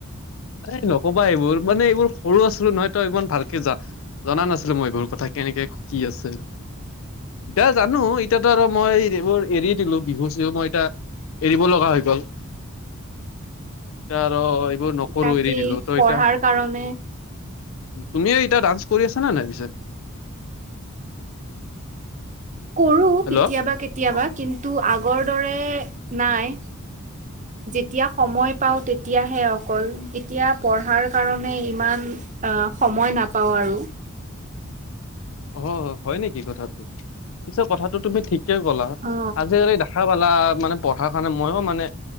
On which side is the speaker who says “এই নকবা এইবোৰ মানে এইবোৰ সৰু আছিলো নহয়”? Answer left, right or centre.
Left